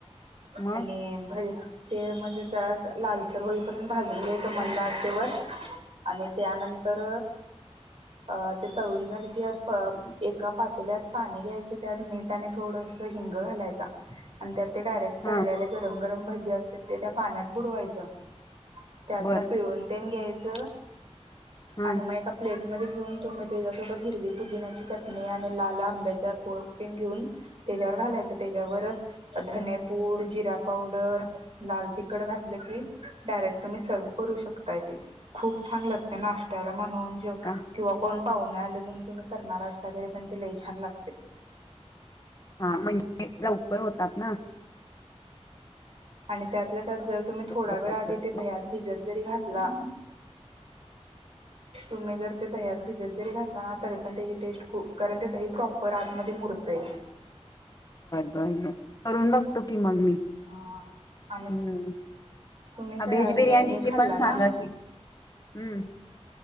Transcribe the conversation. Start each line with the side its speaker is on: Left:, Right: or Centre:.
Left: मग
Right: आणि भज ते अ म्हणजे जरा लालसर होईपर्यंत भाजून घ्यायचं मंद आचेवर आणि त्यानंतर अ-अ- ते तळून झालं कि एका पातेल्यात पाणी घ्यायचं त्यात मीठ आणि थोडस हिंग घालाय. <unintelligible> ते डायरेक्ट तळलेले
Left: हा
Right: गरम गरम भजी असतात ते त्या पाण्यात बुडवायचं. त्यातन
Left: बर
Right: पिळून तेन घ्यायच.
Left: हा
Right: आणि मग एका प्लेट मध्ये घेऊन तो मी त्याच्यासोबत हिरवी पुदिन्याची चटणी आणि लाल आंब्याच्या कोळपन घेऊन त्याच्यावर घालायचं त्याच्यावर धनेपूड, जिरा पावडर, लाल तिखट घातलं की डायरेक्ट तुम्ही सर्व्ह करू शकताय ते खूप छान लाग नाश्त्याला म्हणून जे
Left: का
Right: किंवा कोण पाहूणे आले म्हणून तुम्ही करणार असताल तरी पण ते लई छान लागतंय.
Left: हा म्हणजे लवकर होतात ना.
Right: आणि त्यातला त्यात जर तुम्ही थोडा
Left: बर
Right: वेळ आधी
Left: बर
Right: ते दह्यात भिजत जरी घातला- तुम्ही जर ते दह्यात भिजत. जरी घातलं ना तरीपण त्याची टेस्ट खू कारण की दही प्रॉपर आ मध्ये मूर्तय
Left: नाही नाही करुन बघतो कि मग मी
Right: हा आणि
Left: हम्म.
Right: तुम्ही काय
Left: व्हेज
Right: आज
Left: बिर्याणीची
Right: हे खाल्ला
Left: पण
Right: ना
Left: सांगा की हम्म.